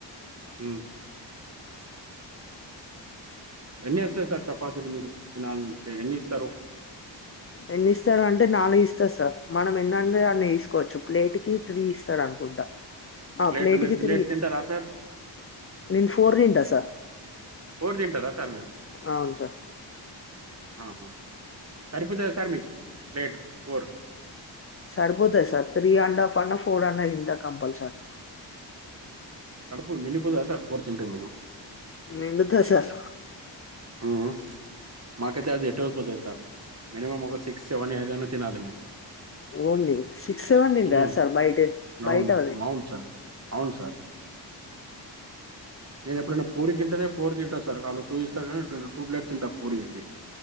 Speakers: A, on the right (about 35°); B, on the left (about 30°).
A: మ్ ఎన్ని వస్తాయి సార్ చపాతీలు మీరు తినాలి ఎన్ని ఇస్తారు
B: ఎన్ని ఇస్తారు అంటే నాలుగు ఇస్ ఇస్తా సార్ మనం ఎన్నంటే ఆన్ని తీసుకోవచ్చు ప్లేట్ కి త్రీ ఇస్తాడు అనుకుంటా ఆ
A: ప్లేట్
B: ప్లేట్కి
A: మీరు ప్లేట్
B: త్రీ
A: తింటారా సార్
B: నేన్ ఫోర్ తింటా సార్
A: ఫోర్ తింటారా సార్ మీరు
B: అవును సార్
A: ఆహా సరిపోతదా సార్ మీకు ప్లేట్ ఫోర్
B: సరిపోతాది సార్ త్రీ అండ్ హఫ్ అన్న ఫోర్ అన్న తింటా కంపల్సరి
A: కడుపు నిండిపోదా సార్ ఫోర్ తింటే మీకు
B: నిండుతది సార్
A: మ్ మాకైతే అది ఎటో పోతది సార్ మినిమమ్ ఒక సిక్స్ సెవెన్ ఏదన్న తినాల మేం
B: ఓర్ని సిక్స్ సెవెన్ తింటారా
A: ఉమ్
B: సార్ బయట బయటవి
A: అవును అవును సార్ అవును సార్ నేను ఎప్పుడైనా పూరి తింటేనే ఫోర్ తింటను సార్ వాళ్ళు టూ ఇస్తారు కానీ టూ ప్లేట్ తింటాను పూరి అయితే